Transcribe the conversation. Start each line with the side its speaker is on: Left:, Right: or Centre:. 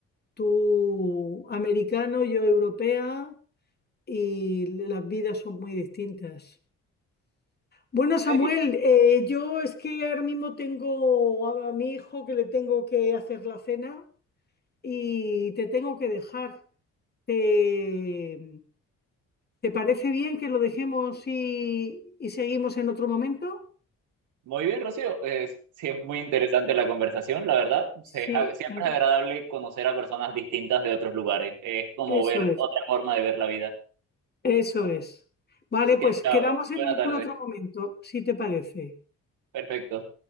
Left: tú americano, yo europea. y las vidas son muy distintas. Bueno, Samuel,
Right: Sí,
Left: eh, yo es que ahora mismo tengo a, a mi hijo que le tengo que hacer la cena y te tengo que dejar. ¿Te, te parece bien que lo dejemos y, y seguimos en otro momento?
Right: Muy bien, Rocío. Es, sí, es muy interesante la conversación, la verdad. Se-
Left: Sí,
Right: ja- siempre
Left: en-
Right: es agradable conocer a personas distintas de otros lugares. Es como
Left: eso
Right: ver
Left: es,
Right: otra forma de ver la vida.
Left: eso es. Vale,
Right: Así que,
Left: pues
Right: chao,
Left: quedamos en
Right: buena
Left: algún
Right: tarde.
Left: otro momento, si te parece.
Right: Perfecto.